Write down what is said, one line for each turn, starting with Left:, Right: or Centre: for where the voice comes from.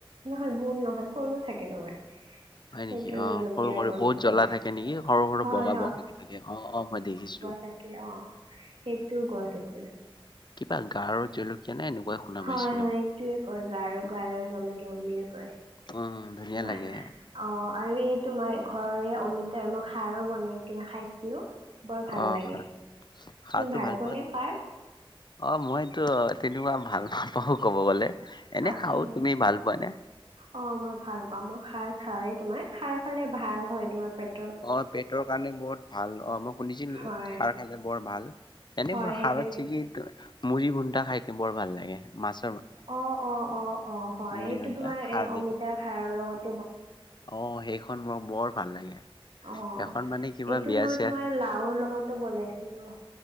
Right: নহয় গোল নহয় সৰু থাকে তোমাৰ।
Left: <inaudible> হয়
Right: সেইটো
Left: নেকি?
Right: জলকীয়াৰ
Left: অ', সৰু-সৰু
Right: গছ
Left: বহুত
Right: আছে।
Left: জ্বলা থাকে নেকি? সৰু-সৰু
Right: হয়
Left: বগা বগাে থাকে অ'-অ', মই দেখিছো।
Right: তাকে অ', সেইটো গছ আছে।
Left: কিবা গাৰো জলকীয়া নে এনেকুৱাই শুনা পাইছিলো
Right: হয়-হয় এইটোয়ে কয় গাৰ গাৰৰ জলকীয়া বুলিয়ে কয়।
Left: উম', ধুনীয়া
Right: তোমাৰ।
Left: লাগে।
Right: অ আৰু এই তোমাৰ ঘৰৰে অমিতাৰ মই খাৰো বনাই কিনে খাইছিলো। বৰ ভাল
Left: অ',
Right: লাগে
Left: খাৰ-খাৰটো
Right: তুমি
Left: ভাল
Right: পোৱানে
Left: পোৱা তুমি?
Right: খাৰ
Left: অ', মইটো তেনেকুৱা ভাল ফাল নাপাওঁ ক'ব গ'লে। এনে
Right: আচছা।
Left: খাও তুমি ভাল পোৱা নে
Right: অ', মই ভাল পাম মই খাৰ খাই তোমাৰ খাৰ খালে ভাল হয় তোমাৰ পেট
Left: অ', পেটৰ কাৰণে বত ভাল অ', মই শুনিছিলো
Right: হয়
Left: খাৰ খালে বৰ ভাল। এনে
Right: হয়
Left: মই
Right: সেইকাৰণে
Left: খাৰত চেিকি মুড়ি ভুন্টাা খাই বৰ ভাল লাগে। মাছ
Right: অ'-অ'-অ'-অ', হয়
Left: মুড়ি
Right: সেইটো
Left: ঘুন্টা
Right: তোমাৰ
Left: খাৰ
Right: এই
Left: দি
Right: অমিতা খাৰৰ লগত
Left: অ', সেইখন মোৰ বৰ ভাল লাগে।
Right: অ',
Left: সেইখন মানে কিবা
Right: এইটো
Left: বিয়া
Right: মই
Left: চিয়া
Right: তোমাৰ লাওৰ লগতো বনাইছিলো।